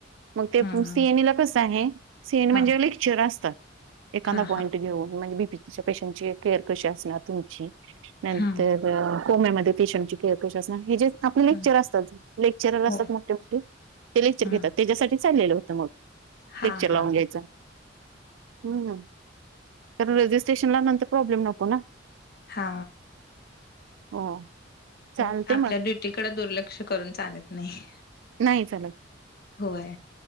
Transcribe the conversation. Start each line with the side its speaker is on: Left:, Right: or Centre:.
Right: मग ते
Left: हम्म
Right: सीएनई ला कस आहे, सीएनईला म्हणजे
Left: हा
Right: लेक्चर असतात. एखांदा
Left: हा
Right: पॉईंट
Left: हा
Right: घेऊन म्हणजे, बीपीच्या पेशंटची केअर कशी असणार तुमची.. नंतर
Left: हम्म
Right: कोंब्यामध्ये फिशमची केळ कश अस हे जे <unintelligible> आपले लेक्चर
Left: हम्म
Right: असतात, लेक्चरर असतात
Left: हो
Right: मोठे मोठे ते लेक्चर
Left: हम्म
Right: घेतात. त्याच्यासाठी चाललेलं होतं मग,
Left: हा
Right: लेक्चर
Left: हा
Right: लावून घ्यायचं
Left: हा
Right: हम्म ना, कारण रजिस्ट्रेशनला नंतर प्रॉब्लेम नको ना.
Left: हा
Right: हो चालते
Left: हो आपल्या
Right: मग
Left: दि... तिकड दुर्लक्ष करून चालत नाही.
Right: नाही चालत,
Left: होय